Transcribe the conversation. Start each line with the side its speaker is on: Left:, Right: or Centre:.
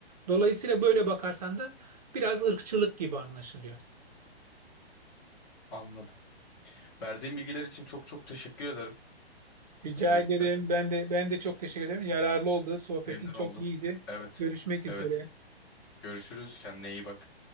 Right: Dolayısıyla böyle bakarsan da biraz ırkçılık gibi anlaşılıyor.
Left: Anladım. Verdiğin bilgiler için çok çok teşekkür ederim
Right: Rica
Left: öncelikle.
Right: ederim. Ben de ben de çok teşekkür ederim. Yararlı oldu. Sohbetin
Left: Memnun
Right: çok
Left: oldum.
Right: iyiydi.
Left: Evet.
Right: Görüşmek üzere.
Left: Evet. Görüşürüz. Kendine iyi bak.